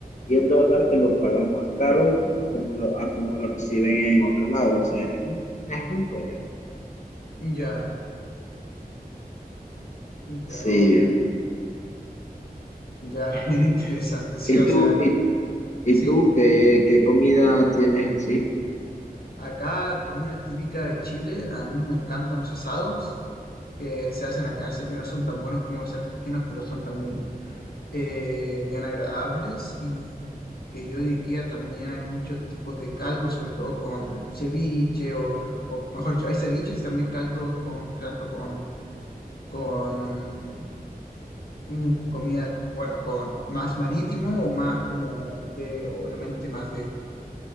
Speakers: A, on the left; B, on the left.
A: y el dólar te lo pagan más caro como lo, a como lo reciben en otro lado. O sea, es un, es un rollo.
B: ya, ya,
A: Sí.
B: oca. Ya, <laughs> bien interesante, sí,
A: ¿Y
B: o
A: tú,
B: sea,
A: y, y
B: sí.
A: tú qué, qué comida tienes así?
B: Acá, comida típica de Chile, a mí me encantan los asados que se hacen acá, sé que no son tan buenos como los argentinos, pero son también eh, bien agradables y que yo diría también hay muchos tipos de caldo, sobre todo con ceviche o, o mejor dicho, hay ceviches y también caldos con, caldo con, con mm, comida, bueno, con más marítimo o más como de, obviamente más de,